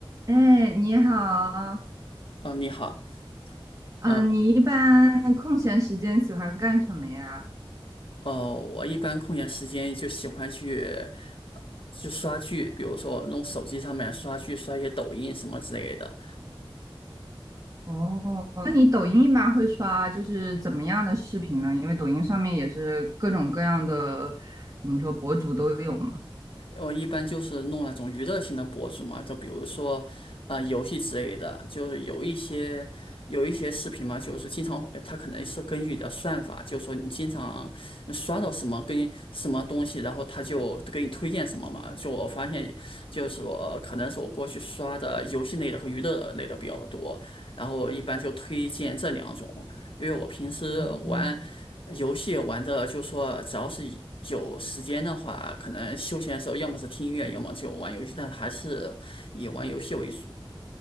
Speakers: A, on the right; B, on the left.
A: 哎，你好，
B: 哦，你好，
A: 嗯、
B: 呃，
A: 你一般空闲时间喜欢干什么呀？
B: 哦，我一般空闲时间就喜欢去，呃去刷剧，比如说我用手机上面刷剧，刷一些抖音什么之类的。
A: 哦，那你抖音一般会刷就是怎么样的视频呢？因为抖音上面也是各种各样的，怎么说，博主都有嘛。
B: 我一般就是弄那种娱乐性的博主嘛，就比如说，啊，游戏之类的，就是有一些有一些视频嘛，就是经常会它可能是根据你的算法，就是说你经常刷到什么跟什么东西，然后它就给你推荐什么嘛。就我发现，就是我可能是我过去刷的游戏类的和娱乐类的比较多，然后我一般就推荐这两种。因为我平时玩呃游戏玩的，
A: 哦，
B: 就说只要是以有时间的话，可能休闲的时候，要么是听音乐，要么就玩游戏，但还是以玩游戏为主。